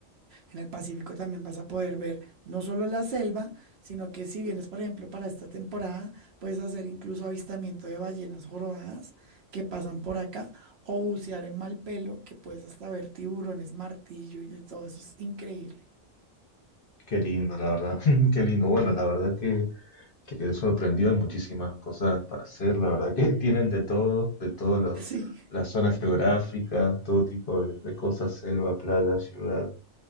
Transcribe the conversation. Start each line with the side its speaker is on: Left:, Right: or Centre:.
Right: En el Pacífico también vas a poder ver no solo la selva, sino que si vienes, por ejemplo, para esta temporada, puedes hacer incluso avistamiento de ballenas jorobadas que pasan por acá, o bucear en Malpelo, que puedes hasta ver tiburones, martillo y de todo eso. Es increíble. <laughs>
Left: Qué lindo, la verdad. <laughs> Qué lindo. Bueno, la verdad que que quedé sorprendido. Hay muchísimas cosas para hacer. La verdad que <laughs> tienen de todo, de todas
Right: Sí.
Left: las zonas geográficas, todo tipo de, de cosas, selva, playa, ciudad.